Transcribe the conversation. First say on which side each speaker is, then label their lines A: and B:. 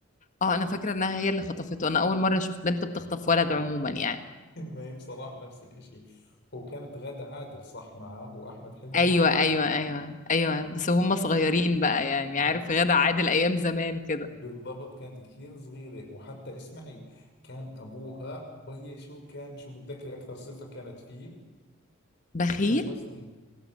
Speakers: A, on the left; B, on the left.
A: اه انا فاكرة انها هي اللي خطفته انا اول مرة اشوف بنت بتخطف ولد عموما يعني
B: <laughs> ما هي بصراحة نفس الإشي وكانت غادة عادل صح معه وأحمد حلمي
A: ايوه
B: وغادة
A: ايوه
B: عادل
A: ايوه ايوه بس وهم صغيرين بقى يعني عارف
B: أيوة.
A: غادة عادل ايام زمان كده
B: بالضبط كانت كثير صغيرة وحتى اسمعي كان أبوها بي شو كان شو متذكري أكثر صفة كانت فيه
A: بخيل
B: حسن حسني